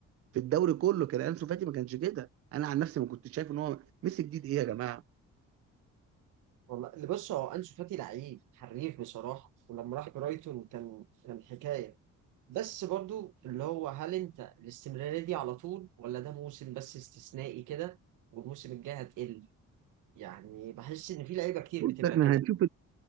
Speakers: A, on the right; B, on the right.
A: في الدوري كله كان انسو فاتي ما كانش كده انا عن نفسي ما كنتش شايف ان هو ميسي جديد ايه يا جماعه
B: والله اللي بص هو انشو فاتي لعيب حريف بصراحة ولما راح برايتون كان كان حكاية بس برضو اللي هو هل انت الاستمرارية دي على طول ولا ده موسم بس استثنائي كده والموسم الجاي هتقل يعني بحس ان في لعيبة كتير
A: بص
B: بتبقى
A: احنا
B: كده
A: هنشوف